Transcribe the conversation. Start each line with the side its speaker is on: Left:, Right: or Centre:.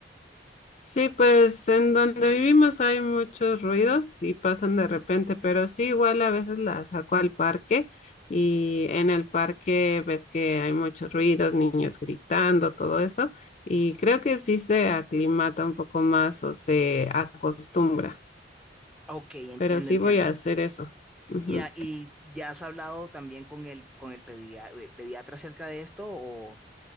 Left: Sí, pues en donde vivimos hay muchos ruidos y pasan de repente, pero sí, igual a veces la saco al parque y en el parque ves que hay muchos ruidos, niños gritando, todo eso, y creo que sí se aclimata un poco más o se acostumbra.
Centre: Ok, entiendo,
Left: pero sí
Centre: entiendo.
Left: voy a hacer eso. Ujú.
Centre: Y, a- y ya has hablado también con el, con el pedia- eh, pediatra acerca de esto o...